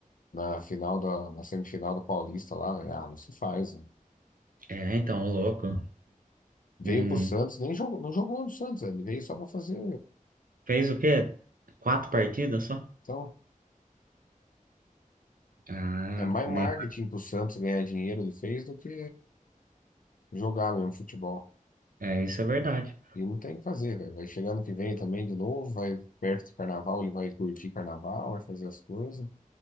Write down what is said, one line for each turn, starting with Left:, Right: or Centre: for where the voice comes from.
Left: na final da, na semifinal do Paulista lá, velho. Ah, isso faz, velho.
Right: É, então, o louco.
Left: Veio
Right: Não
Left: pro Santos, nem jogou, não jogou no Santos, velho. Ele veio só pra fazer.
Right: fez o quê? Quatro partidas só?
Left: Então,
Right: Ah,
Left: é mais
Right: o Neymar,
Left: marketing pro Santos ganhar dinheiro ele fez do que jogar mesmo futebol.
Right: é, isso é verdade.
Left: E não tem o que fazer, velho. Vai chegar ano que vem também de novo, vai perto do carnaval, ele vai curtir carnaval, vai fazer as coisas.